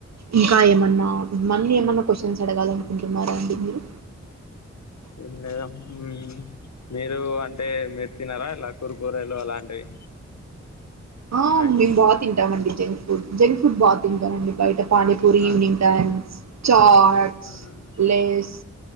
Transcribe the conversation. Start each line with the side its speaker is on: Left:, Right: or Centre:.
Right: ఇంకా ఏమన్నా మల్లీ ఏమన్నా క్వశ్చన్స్ అడగాలనుకుంటున్నారా అండి మీరు
Left: మీ మీరు అంటే మీరు తినరా ఇలా కూర కూరలు అలాంటివి
Right: ఆ
Left: స్నాక్స్
Right: మేము బాగా తింటామండి జంక్ ఫుడ్ జంక్ ఫుడ్ బాగా తింటామండి బయట పానీపూరి
Left: ఆ
Right: ఈవినింగ్ టైమ్స్ చాట్స్
Left: ఆ
Right: లేస్